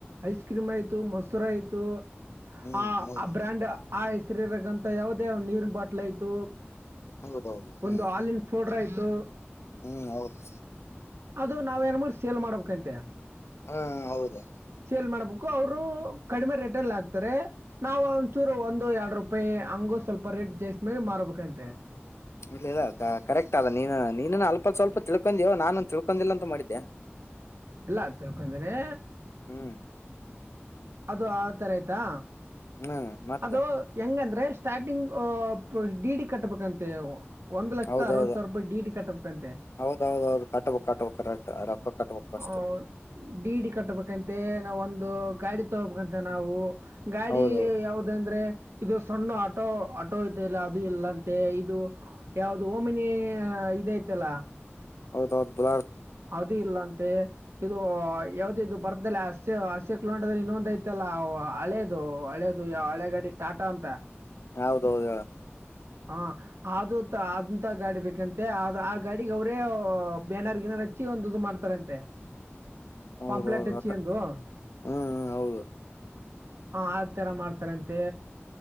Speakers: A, on the right; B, on the left.
A: ಐಸ್ ಕ್ರೀಮ್ ಆಯ್ತು ಮೊಸರ್ ಆಯ್ತು.
B: ಹ್ಮ್
A: ಆ
B: ಹೌದು
A: ಆ ಬ್ರ್ಯಾಂಡ್ ಆ ಹೆಸರಿರಗಂತ ಯಾವುದೇ ನೀರಿನ ಬಾಟ್ಲು ಆಯ್ತು.
B: ಹೌದೌದು ಹ್ಮ್
A: ಒಂದು ಹಾಲಿನ್ ಫೋಡ್ರ ಆಯ್ತು
B: ಹ್ಮ್ ಹೌದು
A: ಅದು ನಾವ್ ಏನ್ ಮಾಡ ಸೇಲ್ ಮಾಡ್ಬೇಕಂತೆ
B: ಹ್ಮ್ ಹೌದು
A: ಸೇಲ್ ಮಾಡ್ಬೇಕು ಅವರು ಕಡಿಮೆ ರೆಟಲ್ ಹಾಕ್ತಾರೆ ನಾವು ವಚ್ಚೂರು ಒಂದು ಎರಡು ರೂಪಾಯಿ ಹಂಗು ಸ್ವಲ್ಪ ರೇಟ್ ಜಾಸ್ತಿ ಮಾಡಿ ಮಾರ್ಬೇಕಂತೆ
B: ಇಲ್ಲ ಇಲ್ಲ ಕರೆಕ್ಟ್ ಅದ ನೀನು ನೀನು ಅಲ್ಪ ಸ್ವಲ್ಪ ತಿಳ್ಕೊಂಡೀವ ನಾನನ್ ತಿಳ್ಕೊಂಡಿಲ್ಲ ಅಂತ ಮಾಡಿದ್ದೆ
A: ಇಲ್ಲ ತಿಳ್ಕಡೀನಿ
B: ಹ್ಮ್
A: ಅದು ಆ ತರ ಆಯ್ತಾ
B: ಹ್ಮ್ ಮತ್ತ
A: ಅದು ಹೆಂಗಂದ್ರೆ ಸ್ಟಾರ್ಟಿಂಗ್ ಅ ಡಿ ಡಿ ಕಟ್ಬೇಕಂತೆ ಅವ ಒಂದು ಲಕ್ಷದ
B: ಹೌದೌದು
A: ಅರವತ್ತು ಸಾವಿರ ರೂಪಾಯಿ ಡಿ ಡಿ ಕಟಬೇಕ್ಕಂತೆ
B: ಹೌದೌದೌದು ಕಟ್ಬೇಕಕ್ ಕಟ್ಬಕ್ ಕರೆಕ್ಟ್ ರೊಕ್ಕ ಕಟ್ಬಕ್ ಫಸ್ಟ್
A: ಹ ಡಿ ಡಿ ಕಟ್ಟಬೇಕಂತೆ ನಾವು ಒಂದು ಗಾಡಿ ತಗೋಬೇಕಂತೆ ನಾವು ಗಾಡಿ
B: ಹೌದೌದು
A: ಯಾವ ಇದು ಸಣ್ಣ ಆಟೋ ಆಟೋ ಇದೆ ಇಲ್ಲ ಅದು ಇಲ್ಲಂತೆ ಇದು ಯಾವ್ದೋ ಓಮಿನಿ ಇದಯ್ತಲ್ಲ
B: ಹೌದೌಹೌದು ಬಲ
A: ಅದು ಇಲ್ಲ ಅಂತೆ ಇದು ಯಾವ್ದ ಇದು ಬರ್ದ ಹಸೆ ಹಸ್ಯ ಕಂಡದಲ್ಲಿ ಇನ್ನೊಂದ ಐತಲ್ಲ ಹಳೆದು ಹಳೇದು ಯಾವ ಹಳೆಗಾಡಿ ಟಾಟಾ ಅಂತ
B: ಹೌದೌದು ಹೇಳ
A: ಹಾ ಅದು ಅದುಂತ ಗಾಡಿ ಬೇಕಂತೆ ಅದು ಆ ಗಾಡಿಗೆ ಅವರೇ ಬ್ಯಾನಾರ್ ಗಿನರ್ ಹ ಹಚ್ಚಿರ ಒಂದು ಇದು ಮಾಡ್ತಾರ ಅಂತೆ
B: ಹೌದೌದು
A: ಪಂಪ್ಲೆಟ್ ಹಚ್ಚಿಗೆಂದು
B: ಮತ್ತ
A: ಹ
B: ಹ್ಮ್ ಹೌದು
A: ಆ ತರ ಮಾಡ್ತಾರಂತೆ